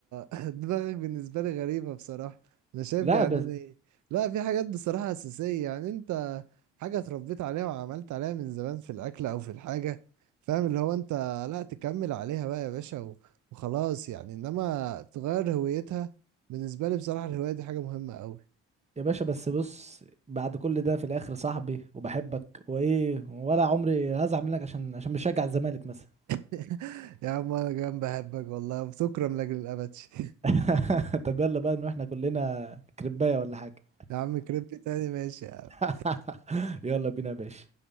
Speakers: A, on the right; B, on the right.
A: <laughs> دماغك بالنسبة لي غريبة بصراحة انا شايف
B: لا
A: يعني
B: بس
A: إن- لا في حاجات بصراحة أساسية يعني انت حاجة اتربيت عليها وعملت عليها من زمان في الأكل أو في الحاجة فاهم اللي هو انت لا تكمل عليها بقى يا باشا و- وخلاص يعني انما تغير هويتها بالنسبة لي بصراحة الهواية دي حاجة مهمة أوي
B: يا باشا بس بص بعد كل ده في الاخر صاحبي وبحبك وايه ولا عمري هزعل منك عشان عشان بشجع الزمالك مثلا
A: <laughs> يا عم انا كمان بحبك والله وبتكرم لأجل الأبد <laughs>
B: <laughs> طب يلا بقى ان احنا كلنا كربايه ولا حاجه
A: يا عم كريب تاني ماشي يا عم.
B: <laughs> يلا بينا يا باشا